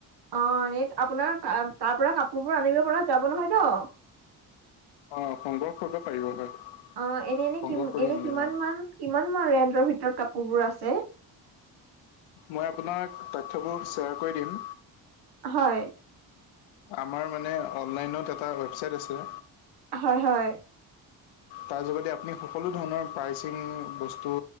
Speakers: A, on the right (about 55°); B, on the left (about 80°).
A: অ, এনে আপোনাৰ তাৰ পৰা কাপোৰবোৰ আনিব পৰা যাব নহয় ন?
B: অঁ সংগ্ৰহ কৰিব পাৰিব হয়
A: অ, এনে -এনে
B: সংগ্ৰহ
A: কি
B: কৰি
A: এনে
B: আনিলে
A: কিমান
B: হয়
A: মান কিমান মান ৰেন্টৰ ভিতৰত কাপোৰ বোৰ আছে?
B: মই আপোনাক তথ্যবোৰ শ্বেয়াৰ কৰি দিম।
A: হয়।
B: আমাৰ মানে অনলাইনত এটা ৱেবচাইট আছে।
A: হয় হয়
B: তাৰ যোগদি আপুনি সকলো ধৰণৰ প্ৰাইচিং বস্তু।